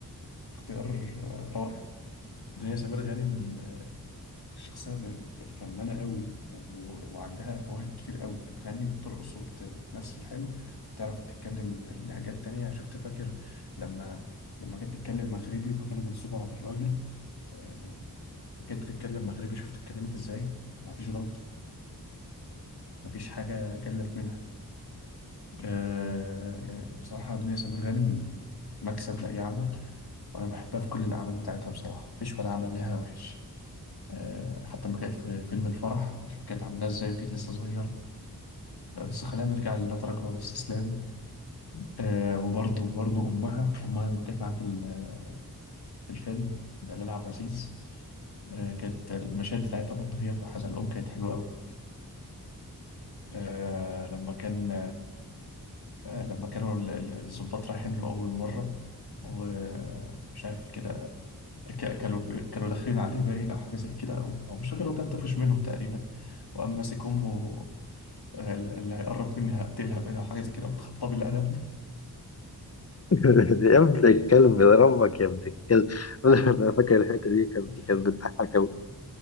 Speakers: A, on the left (about 80°); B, on the left (about 40°).
A: اختيار آه، رائع دنيا سمير غانم آه، شخصيه م- ف- فنانه قوي و- وعندها مواهب كتير قوي بتغني وبترقص وبتمثل حلو بتعرف تتكلم لهجات تانية شفت فاكر لما لما كانت تتكلم مغربي وما كانوا بينصبوا على الراجل آه، بجد تتكلم مغربي شوف اتكلمت ازاي مفيش غلطة مفيش حاجة جلت منها آه يعني بصراحة دنيا سمير غانم مكسب لأي عمل وأنا بحبها في كل الأعمال بتاعتها بصراحة مفيش ولا عمل لها وحش آه حتى لما كانت في فيلم الفرح شوف كانت عاملاها ازاي وكانت لسه صغيرة بس خلينا نرجع للا تراجع ولا استسلام آه وبرضه برضه أمها أمها لما كانت معاها في ال- في الفيلم دلال عبد العزيز آه كانت المشاهد بتاعتها برضه هي في حزن الأم كانت حلوة أوي آه لما كان آه، لما كانوا ال- ال- الضباط رايحين له أول مرة ومش عارف كده ك- كانوا ب- كانوا داخلين عليه باين أو حاجة زي كده أو أو مش فاكر هو كان طفش منهم تقريبا وقام ماسك أمه آه، اللي هيقرب مني هقتلها باين أو حاجة زي كده بتخبطها بالقلم
B: <laughs> يا ابن الكلب يا ربك يا ابن الكلب <laughs> انا فاكر الحته دي كانت
A: <laughs>
B: كانت بتضحك قوي